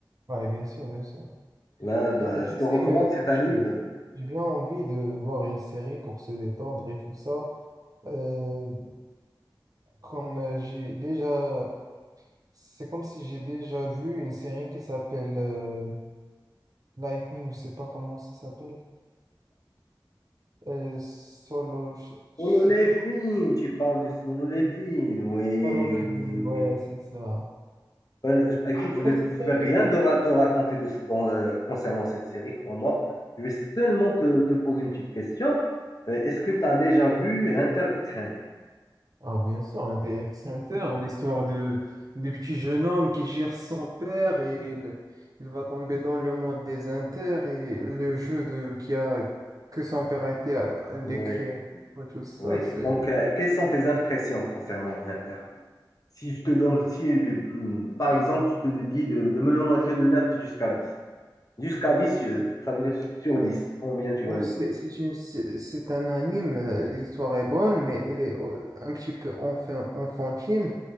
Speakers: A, on the right; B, on the left.
A: Ouais, bien sûr, bien sûr.
B: là, là,
A: Et tu
B: je te
A: sais,
B: recommande
A: mais
B: cet
A: j'ai
B: anime.
A: j'ai bien envie de voir une série pour se détendre et tout ça. Euh, comme euh, j'ai déjà... C'est comme si j'ai déjà vu une série qui s'appelle euh, Lightning, je sais pas comment ça s'appelle. Euh, Solo, je
B: Solo
A: je
B: Leveling,
A: sais pas.
B: tu parles de Solo Leveling. Oui,
A: Solo Leveling,
B: oui, oui.
A: ouais,
B: oui.
A: c'est ça.
B: Ben, je- écoute, je
A: On
B: vais,
A: cette série,
B: je vais rien
A: pas?
B: te, ra- te raconter de ce- dans, euh, concernant cette série, crois-moi. Je vais seulement te, te poser une petite question. Euh, est-ce que tu as déjà vu Hunter x Hunter?
A: Ah, bien sûr, Hunter x Hunter, l'histoire de, du petit jeune homme qui gère son père et il, il va tomber dans le monde des Inter et le jeu de qui a que son père était un
B: Oui,
A: des créateurs et tout ça,
B: oui.
A: c'est.
B: Donc, euh, quelles sont tes impressions concernant Hunter? Si je te donne, si, euh, par exemple, je te dis de, de me le noter de 9 jusqu'à 10, Jusqu'à 10, euh, ça veut dire su- sur 10. Combien tu vas
A: Alors,
B: le
A: c'est
B: donner?
A: c'est une- c'est- c'est un anime, euh, l'histoire est bonne, mais elle est euh, un petit peu enfin, enfantine.